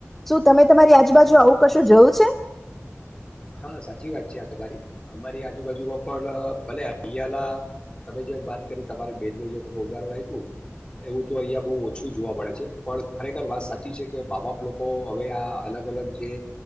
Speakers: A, in the centre; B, on the left.
A: શું તમે તમારી આજુ બાજુ આવું કશું જોયું છે
B: હા સાચી વાત છે આ તમારી અમારી આજુબાજુમાં પણ ભલે અહં ના તમે જે વાત કરી તમારે બેન ન જે ત ઉદાહરણ આપ્યું એવું તો અહિયાં બહ ઓછું જોવા મળે છે પણ ખરેખર વાત સાચી છે કે મા બાપ લોકો હવે આ અલગ અલગ જે